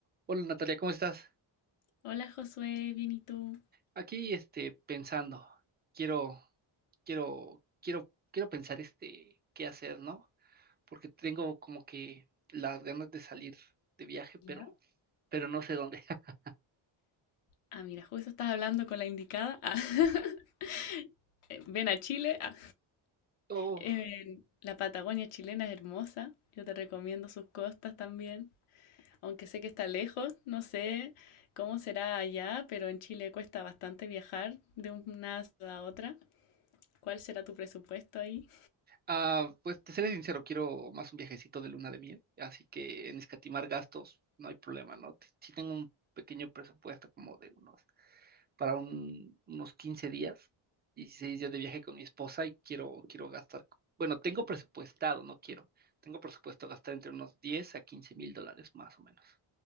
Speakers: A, on the right (about 20°); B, on the left (about 85°).
A: Hola Natalia, ¿cómo estás?
B: Hola Josué, bien y tú.
A: Aquí este pensando, quiero, quiero, quiero, quiero pensar este qué hacer, ¿no? Porque tengo como que las ganas de salir de viaje, pero,
B: ¿Ya?
A: pero no sé dónde. <laughs>
B: Ah, mira, justo estás hablando con la indicada. Ah, <laughs> eh, Ven a Chile. Ah,
A: Oh,
B: eh, la Patagonia chilena es hermosa. Yo te recomiendo sus costas también. Aunque sé que está lejos, no sé cómo será allá, pero en Chile cuesta bastante viajar de una ciudad a otra. ¿Cuál será tu presupuesto ahí?
A: ah, pues te seré sincero, quiero más un viajecito de luna de miel, así que en escatimar gastos no hay problema, ¿no? T- Sí tengo un pequeño presupuesto como de unos para un- unos 15 días, 16 días de viaje con mi esposa y quiero, quiero gastar, bueno, tengo presupuestado, no quiero, tengo presupuesto gastar entre unos diez a quince mil dólares más o menos.